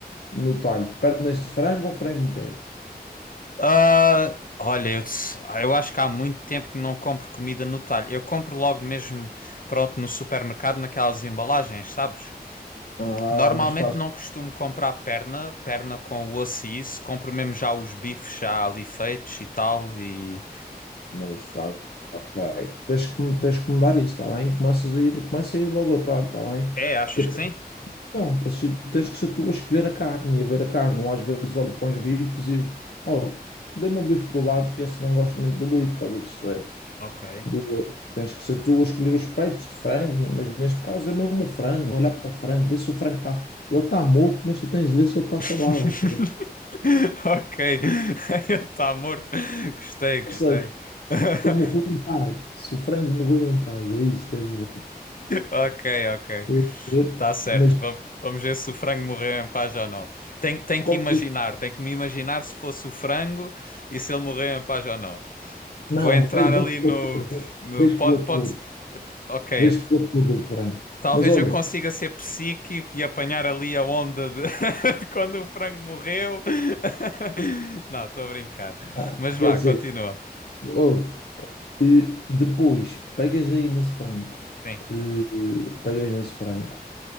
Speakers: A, on the left (about 80°); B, on the left (about 55°).
A: no talho, pernas de frango ou frango inteiro?
B: Ah, olha, eu, te- eu acho que há muito tempo que não compro comida no talho. Eu compro logo mesmo, pronto, no supermercado, naquelas embalagens, sabes?
A: Ah,
B: Normalmente
A: mas faz.
B: não costumo comprar perna, perna com osso e isso. Compro mesmo já os bifes já ali feitos e tal. E...
A: Mas faz. Ok. Tens que, me- tens que mudar isso, está bem? Começas a ir, começa a ir logo ao talho, está bem?
B: É, achas
A: Que é para-
B: que sim?
A: não, para se- tens que ser tu a escolher a carne e a ver a carne. Não às vezes olho para uns bifes e eu, olha, dê-me um bife do lado, que esse não gosto muito do bife, estás a perceber?
B: Ok.
A: Do, tens que ser tu a escolher os peitos de frango, né? mas neste caso é mesmo o frango, olhar para o frango, ver se o frango está. Ele está morto, mas tu tens de ver se ele está
B: <laughs>
A: saudável. tá a ver?
B: Ok, <laughs> ele está morto. Gostei, gostei.
A: Ou seja,
B: <laughs>
A: se ele morreu em paz, se o frango morreu em paz, é isso, tens de ver.
B: Ok, ok.
A: Eu vou dizer,
B: Tá certo,
A: Mas
B: vamos, vamos ver se o frango morreu em paz ou não. Tem, tem
A: escolhes
B: que imaginar,
A: o.
B: tem que me imaginar se fosse o frango e se ele morreu em paz ou não.
A: Não,
B: Vou entrar
A: vês, vês
B: ali no,
A: pela cor,
B: no
A: vês
B: pode,
A: pela
B: pode,
A: cor,
B: ok,
A: vês
B: t-
A: pela cor do frango.
B: talvez
A: Mas olha,
B: eu consiga ser psíquico e apanhar ali a onda de, <laughs> de quando o frango morreu. <laughs> Não, estou a brincar.
A: ah,
B: Mas vá,
A: quer dizer,
B: continua.
A: ouve, eh, depois pegas aí nesse frango,
B: Sim.
A: eh, eh, pegas nesse frango.